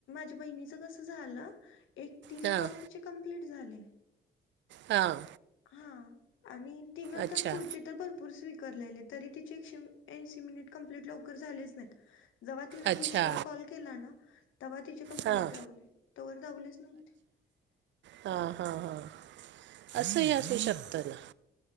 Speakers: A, on the left (about 80°); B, on the right (about 65°).
A: ते वहिनीच कस झालं? एक तीस
B: हां
A: कॉल तिचे कंप्टलित झाले.
B: हां.
A: हा आणि तिनं
B: अच्छा
A: तर पुढची तर भर. भरपूर स्वीकारलेलेत तरी तिचे एकशे ऐंशी मिनिट लवकर कंप्लिट लवकर झालेच नाही. <unintelligible> जव्हा तिन
B: अच्छा
A: तीसवा कॉल केला ना तेव्हा तिचे कंप्लेट
B: हां
A: दावले तवर दावलेच नव्हते.
B: हा. हा. हा. असंही असू शकत ना. <unintelligible>